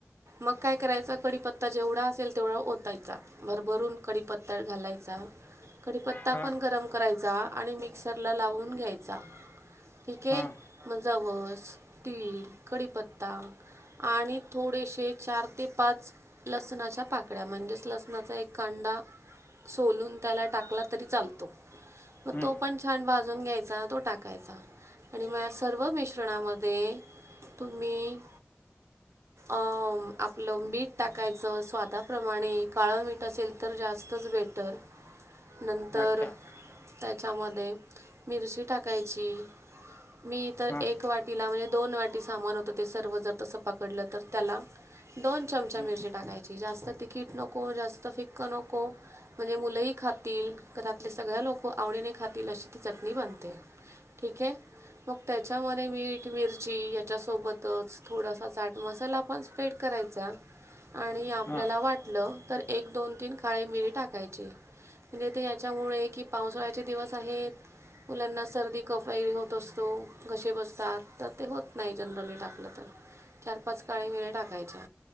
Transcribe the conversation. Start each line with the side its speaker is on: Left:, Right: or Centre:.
Right: मग काय करायच कडीपत्ता जेवढा असेल तेवढा ओतायचा. भरभरून कडीपत्ता घालायचा. कडीपत्ता
Left: हां
Right: पण गरम करायचा आणि मिक्सरला लावून घ्यायचा ठीक आहे.
Left: हां
Right: म जवस, तीळ, कढीपत्ता आणि थोडेसे चार ते पाच लसणाच्या पाकड्या म्हणजेच लसणाचा एक कांडा सोलून त्याला टाकला तरी चालतो. म
Left: हं.
Right: तो पण छान भाजून घ्यायचा तो टाकायचा. आणि म या सर्व मिश्रणामध्ये तुम्ही अं आपलं मीठ टाकायचं स्वादाप्रमाणे, काळं मीठ असेल तर जास्तच बेटर.
Left: <inaudible>
Right: नंतर
Left: अच्छा
Right: त्याच्यामध्ये मिरची टाकायची. मी तर
Left: हां
Right: एक वाटीला म्हणजे दोन वाटी सामान होतं. ते सर्व जर तसं पकडलं तर त्याला दोन चमचा
Left: हां
Right: मिरची टाकायची जास्त तिकीट नको, जास्त फिक्क नको. म्हणजे मुलंही खातील. घरातले सगळ्या लोक, आवडीने खातील अशी ती चटणी बनते. ठीक हे. मग त्याच्यामध्ये मीठ, मिरची याच्यासोबतच थोडसं चाट मसाला पण स्प्रेड करायचा आणि आपल्याला
Left: हां
Right: वाटलं तर, एक, दोन, तीन काळे मिरी टाकायचे. पण येते याच्यामुळे की, पावसाळ्याचे दिवस आहेत मुलांना सर्दी, कफई होत असतो. घसे बसतात तर ते होत नाही जनरली टाकलं तर चार, पाच काळी मिरे टाकायच्या.